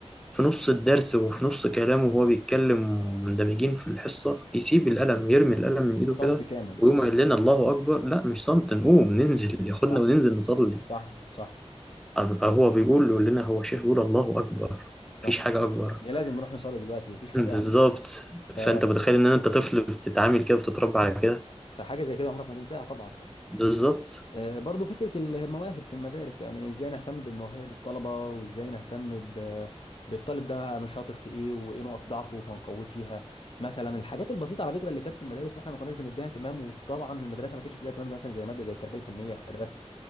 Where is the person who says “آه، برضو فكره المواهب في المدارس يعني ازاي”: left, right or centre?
Left